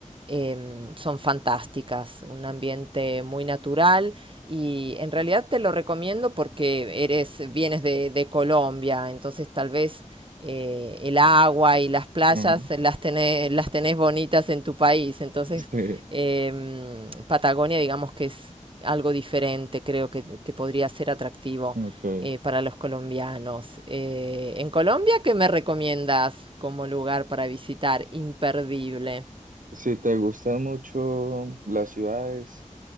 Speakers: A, on the right; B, on the right.
A: eh, son fantásticas, un ambiente muy natural y en realidad te lo recomiendo porque eres, vienes de, de Colombia, entonces tal vez eh, el agua y las playas
B: ujú,
A: las tenés, las tenés bonitas en tu país, entonces
B: <laughs> sí,
A: eh, Patagonia digamos que es algo diferente, creo que, que podría ser atractivo.
B: ok.
A: eh, para los colombianos. Eh, en Colombia, ¿qué me recomiendas como lugar para visitar? Imperdible.
B: Si te gustan mucho las ciudades,